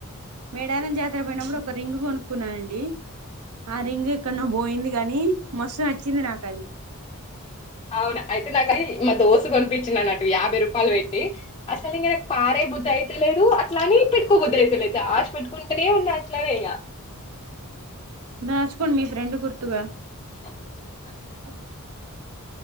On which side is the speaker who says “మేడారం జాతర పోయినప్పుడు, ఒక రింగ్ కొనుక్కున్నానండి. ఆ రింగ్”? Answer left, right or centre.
Right